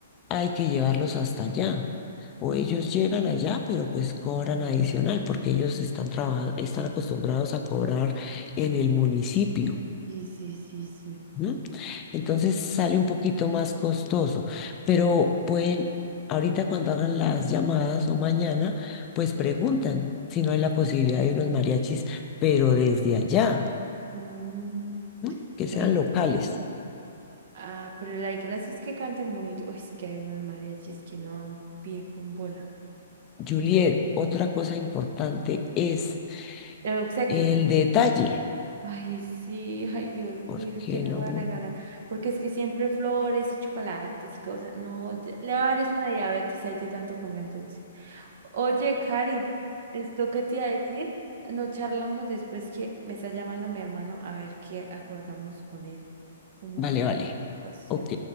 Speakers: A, on the left (about 25°); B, on the right (about 55°).
A: hay que llevarlos hasta allá. O ellos llegan allá, pero pues cobran adicional, porque ellos están trabajando, están acostumbrados a cobrar en el municipio.
B: Sí, sí, sí, sí.
A: ¿no? Entonces sale un poquito más costoso, pero pueden, ahorita cuando hagan las llamadas o mañana, pues preguntan si no hay la posibilidad de unos mariachis, pero desde allá,
B: Mm,
A: ¿no? que sean
B: pues
A: locales.
B: sí. Ah, pero la gracia es que canten bonito. Uy, es que hay unos mariachis que no dan pie con bola.
A: Juliet, otra cosa importante es
B: El obsequio.
A: el detalle,
B: Ay, sí, ay, Dios mío,
A: porque
B: ¿y ¿qué le
A: no,
B: voy a regalar? Porque es que siempre flores y chocolates y cosas. No, ya- le va a dar es una diabetes ahí de tanto comer dulce. Oye, Cari, ¿esto qué te iba a decir? No charlamos después que me está llamando mi hermano a ver qué acordamos con él. Como
A: vale,
B: su
A: vale,
B: cuestión.
A: ok.